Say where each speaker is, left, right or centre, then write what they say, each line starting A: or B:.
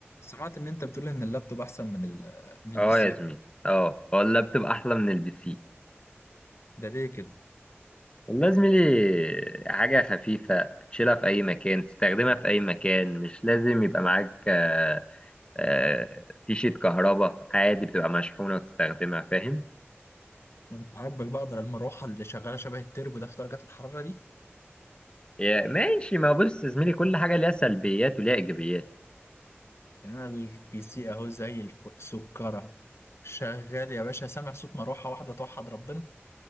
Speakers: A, on the left; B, on the left.
A: سمعت ان انت بتقول ان اللابتوب احسن من ال من
B: اه
A: البي سي
B: يا زميلي اه هو اللابتوب احلى من البي سي
A: ده ليه كده
B: والله يا زميلي حاجة خفيفة تشيلها في أي مكان تستخدمها في أي مكان مش لازم يبقى معاك آه، آه، فيشة كهرباء عادي بتبقى مشحونة وتستخدمها فاهم
A: وانت عاجبك بقى اقدر المروحه اللي شغاله شبه التربو ده في درجات الحراره دي
B: يا- ماشي ما بص يا زميلي كل حاجة ليها سلبيات وليها إيجابيات
A: يعني انا البي سي اهو زي الفل سكره شغال يا باشا سامع صوت مروحه واحده توحد ربنا